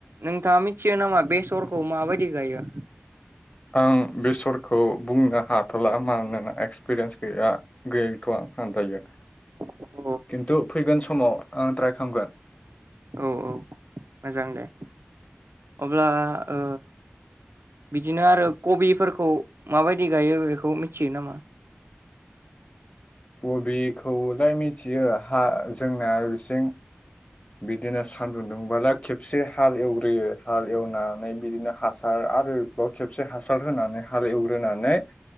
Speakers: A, on the right; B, on the left.
A: नोंथाङा मिथियो नामा बेसरखौ माबायदि गायो।
B: आं बेसरखौ बुंनो हाथला मानोना एक्सपिरियेन्स गैया गैयैथ'आ आं दायो।
A: अ
B: खिन्थु फैगोन समाव आं‌ ट्राइ खामगोन।
A: औ औ मोजां दे अब्ला ओ बिदिनो आरो कबिफोरखौ माबायदि गायो बेखौ मिथियो नामा?
B: कबिखौलाय मिथियो हा जोंना बिसिं बिदिनो सानदुं दुंबालाय खेबसे हाल एवग्रोयो हाल एवनानै बिदिनो हासार आरोबाव खेबसे हासार होनानै हाल एवग्रोनानै